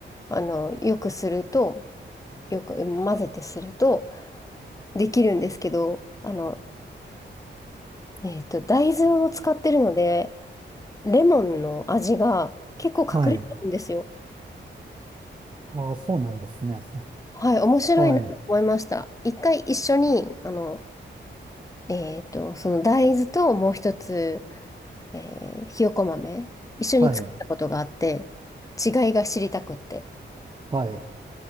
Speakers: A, on the left (about 15°); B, on the right (about 25°).
A: あの、よくすると、よく混ぜてするとできるんですけど、あの、えっと、大豆を使ってるので、レモンの味が結構隠れてるんですよ。
B: はい。ああ、そうなんですね。
A: はい、面白いなと思いました。
B: はい、
A: 一回一緒に、あの、えっと、その大豆ともう一つ、えーひよこ豆、一緒に作ったことがあって、
B: はい、
A: 違いが知りたくって。
B: はい。